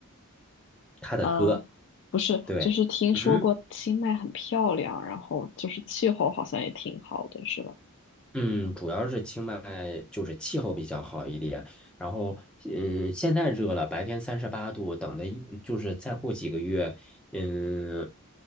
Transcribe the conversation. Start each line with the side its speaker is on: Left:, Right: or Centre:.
Centre: 她的歌。
Left: 呃，不是，
Centre: 对，
Left: 就是听说过清迈很漂亮，
Centre: 嗯
Left: 然后就是气候好像也挺好的，是吧？
Centre: 嗯，主要是清迈就是气候比较好一点，然后嗯，现在热了，白天三十八度，等的就是再过几个月，嗯，